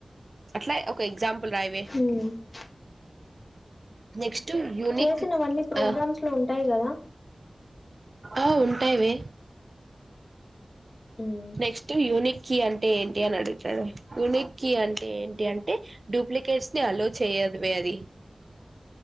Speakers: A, on the right; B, on the left.
A: అట్లా ఒక ఎగ్జాంపుల్ రాయవే
B: మ్
A: నెక్స్ట్ యూనిక్
B: చేసినవన్నీ ప్రోగ్రామ్స్
A: ఆ
B: లో ఉంటాయి కదా
A: ఆ ఉంటాయివే
B: మ్
A: నెక్స్ట్ యూనిక్ కీ అంటే ఏంటి అని అడుగుతాడు యూనిక్ కీ అంటే ఏంటి అంటే డూప్లికేట్స్ ని అలో చేయదువే అది